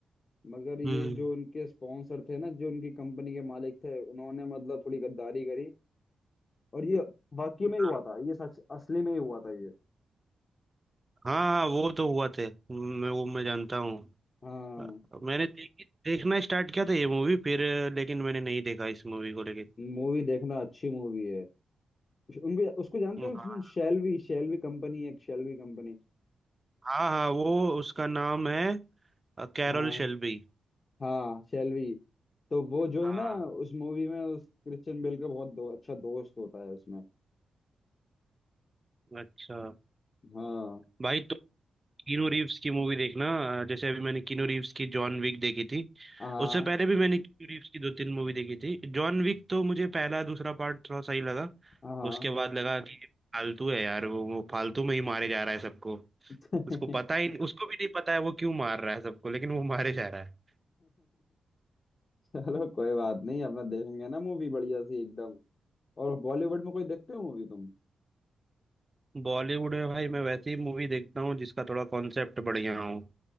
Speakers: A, on the left; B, on the right.
A: मगर ये
B: हम्म
A: जो उनके स्पॉन्सर थे ना जो उनकी कंपनी के मालिक थे उन्होंने मतलब थोड़ी गद्दारी करी और ये वाकई
B: हाँ
A: में ही हुआ था ये सच असली में ही हुआ था ये
B: हाँ वो तो हुआ थे मैं वो मैं जानता हूँ
A: हाँ
B: हाँ, मैंने देखी देखना स्टार्ट किया था ये मूवी फिर अ, लेकिन मैंने नहीं देखा इस मूवी को लेके
A: मूवी देखना अच्छी मूवी है उनको उसको जानते
B: हाँ
A: हो शेल्वी शेल्वी कंपनी है एक शेल्वी कंपनी
B: हाँ हाँ, वो उसका नाम है अ, कैरल
A: हाँ
B: शेल्बी
A: हाँ शेल्वी तो वो जो
B: हाँ
A: है ना उस मूवी में उस क्रिश्चियन बेल का बहुत दो, अच्छा दोस्त होता है उसमें
B: अच्छा
A: हाँ
B: भाई तो कीनू रीव्स की मूवी देखना अ, जैसे अभी मैंने कीनू रीव्स की जॉन विक देखी थी
A: हाँ
B: उससे पहले भी मैंने कीनू रीव्स की दो तीन मूवी देखी थी जॉन विक तो मुझे पहला दूसरा पार्ट थोड़ा सही लगा
A: हाँ
B: उसके बाद लगा कि ये फालतू है यार वो वो फालतू में ही मारे जा रहा है सबको
A: <laughs>
B: उसको पता ही उसको भी नहीं पता है वो क्यों मार रहा है सबको लेकिन वो मारे जा रहा है
A: चलो कोई बात नहीं अब मैं देखेंगे ना मूवी बढ़िया सी एकदम और बॉलीवुड में कोई देखते हो मूवी तुम
B: बॉलीवुड में भाई मैं वैसी मूवी देखता हूँ जिसका थोड़ा कॉन्सेप्ट बढ़िया हो